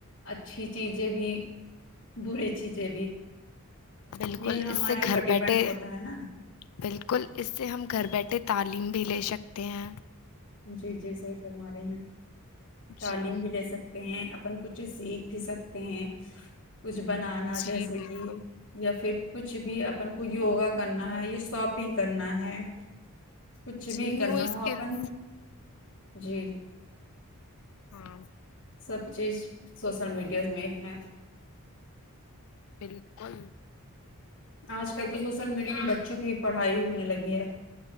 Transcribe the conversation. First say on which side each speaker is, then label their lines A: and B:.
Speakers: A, on the left; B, on the left.
A: اچھی چیزیں بھی بری چیزیں بھی
B: بالکل
A: یہ ہمارے
B: اس سے
A: اوپر
B: گھر بیٹھے
A: ڈیپینڈ ہوتا ہے نا
B: بالکل اس سے ہم گھر بیٹھے تعلیم بھی لے سکتے ہیں
A: جی جی صحیح فرما رہے ہیں تعلیم
B: جی
A: بھی لے سک ستے ہیں اپن کچھ سیکھ بھی سکتے ہیں کچھ بنانا
B: جی
A: جیسے
B: بالکل
A: کہ یا پھر کچھ بھی اپن کو یوگا کرنا ہے یا شاپنگ کرنا ہے کچھ بھی
B: جی نیو
A: کرنا
B: اسکلس
A: ہو اپن جی
B: ہاں
A: سب چیز شوشل میڈیا میں ہے
B: بالکل
A: آج کل تو شوشل میڈیا بچوں کی پڑھائی ہونے لگی ہے